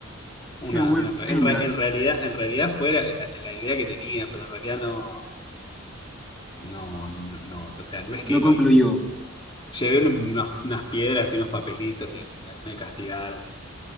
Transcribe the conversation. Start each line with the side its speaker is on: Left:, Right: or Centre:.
Left: Una,
Centre: <laughs> qué buena.
Left: una tra- en, re- en realidad, en realidad fue la, la- la idea que tenía, pero en realidad no, no, no, no, o sea, no es
Centre: No
Left: que lo
Centre: concluyó.
Left: hice. Llevé un- unos- unas piedras y unos papelitos y me, me castigaron.